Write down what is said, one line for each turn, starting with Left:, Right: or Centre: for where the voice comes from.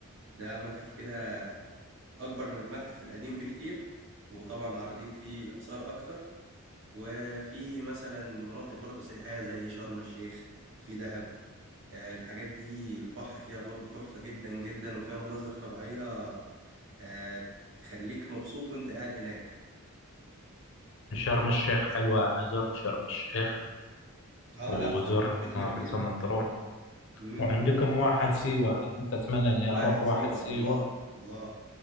Right: ده متحف كده أكبر من المتحف القديم بكتير وطبعا عارضين فيه آثار أكتر وفي مثلا مناطق برضو سياحية زي شرم الشيخ في دهب آه، الحاجات دي البحر فيها برضو تحفة جدا جدا وفيها مناظر طبيعية آه تخليك مبسوط وانت قاعد هناك
Left: شرم الشيخ حلوة أنا زرت شرم الشيخ
Right: اه
Left: وزرت
Right: لا شرم الشيخ جميلة
Left: مرسى مطروح
Right: امم
Left: وعندكم واحد سيوة أنا كنت أتمنى إني
Right: واحد
Left: أروح واحد
Right: سيوة
Left: سيوة
Right: الله الله